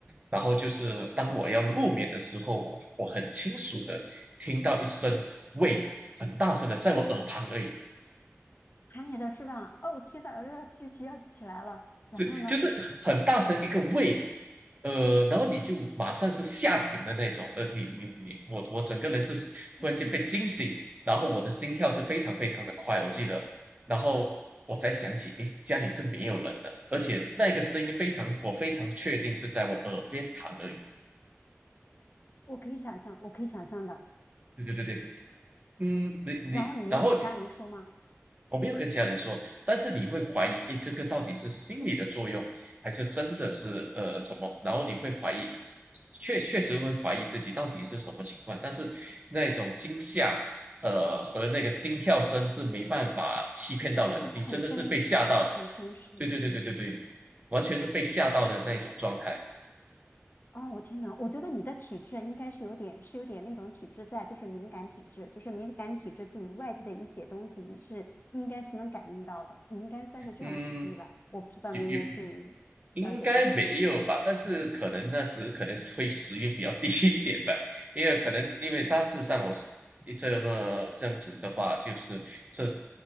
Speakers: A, on the right; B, on the left.
A: 然后就是当我要入眠的时候，我我很清楚的听到一声喂，很大声的在我耳旁而已，
B: 喊你的是吧？哦，天呐，我这鸡皮要起来了。然后呢？
A: 是就是很大声一个喂。呃，然后你就马上是吓醒的那种，呃，你你你，我我整个人是突然间被惊醒，
B: 天
A: 然后我的心跳是非常非常的快，我记得，然后我才想起，诶，家里是没有人的，而且那个声音非常，我非常确定是在我耳边躺而已。
B: 我可以想象，我可以想象的。
A: 对对对对，嗯，你你，
B: 然后你没有给家人说吗？
A: 然后我没有跟家人说，但是你会怀疑，诶，这个到底是心理的作用，还是真的是呃怎么？然后你会怀疑，确确实会怀疑自己到底是什么情况，但是那种惊吓，呃和那个心跳声是没办法欺骗到人，
B: 对，是很真实的，
A: 你真的是被吓到了，
B: 很真实。
A: 对对对对对对，完全是被吓到的那种状态，
B: 哦，我天呐，我觉得你的体质应该是有点，是有点那种体质在，就是敏感体质，就是敏感体质对于外界的一些东西，你是应该是能感应到的，你应该算是这种体质吧？
A: 嗯。
B: 我不知道你有没有去
A: 有有应该没有吧，
B: 了解过。
A: 但是可能那时可能是会时运比较低 <laughs> 一点吧，因为可能因为大致上我是一这么这样子的话，就是这十